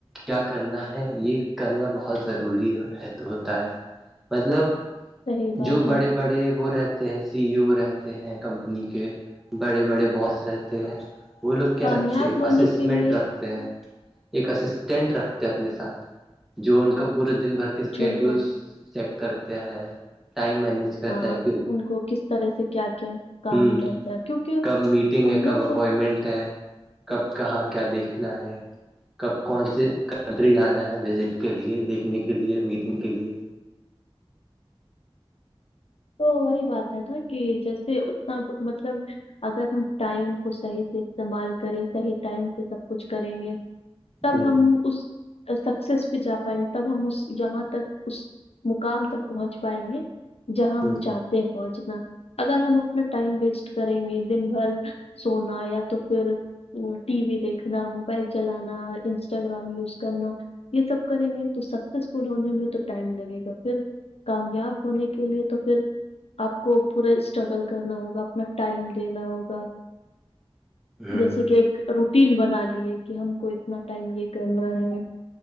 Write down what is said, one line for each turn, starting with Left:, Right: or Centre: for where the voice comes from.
Centre: کیا کرنا ہے یہ کرنا بہت ضروری ہوتا ہے مطلب
Left: صحیح بات
Centre: جو
Left: ہے
Centre: بڑے بڑے وہ رہتے ہیں سی رہتے ہیں کمپنی کے بڑے بڑے باس رہتے ہیں وہ لوگ کیا
Left: کامیاب
Centre: رکھتے ایک
Left: ہونے
Centre: اسسمنٹ
Left: کے لیے
Centre: رکھتے ہیں ایک اسسٹینٹ رکھتے ہیں اپنے ساتھ جو ان کا پورا دن بھر کر اسکیڈیول
Left: جن کو
Centre: سیٹ کرتے ہیں ٹائم مینج کرتا
Left: ہاں
Centre: ہے
Left: ان کو کس طرح سے کیا کیا کام
Centre: ہوں
Left: رہتا ہے کیونکہ
Centre: کب میٹنگ
Left: ان
Centre: ہے
Left: لوگ
Centre: کب اپوائنٹمنٹ
Left: کو
Centre: ہے کب کہاں کیا دیکھنا ہے کب کون سی کنٹری جانا ہے وزٹ کے لیے دیکھنے کے لیے میٹنگ کے لیے
Left: تو وہی بات ہے نا کہ جیسے اتنا مطلب اگر ہم ٹائم کو صحیح سے استعمال کریں صحیح ٹائم سے سب کچھ کریں گے تب
Centre: ہ
Left: ہم اس سکسیس پہ جا پائیں گے تب ہم اس یہاں تک اس مقام تک پہنچ پائیں گے جہاں ہم
Centre: ہ
Left: چاہتے ہیں پہنچنا اگر ہم اپنا ٹائم ویسٹ کریں گے دن بھر سونا یا تو پھر ٹی وی دیکھنا موبائل چلانا انسٹاگرام یوز کرنا یہ سب کریں گے تو سکسیسفل ہونے میں تو ٹائم لگے گا پھر کامیاب ہونے کا کے لیے تو پھر آپ کو پورا اسٹرگل کرنا ہوگا اپنا ٹائم دینا ہوگا
Centre: ہ
Left: جیسے کہ ایک روٹین بنا لیے کہ ہم کو اتنا ٹائم یہ کرنا ہے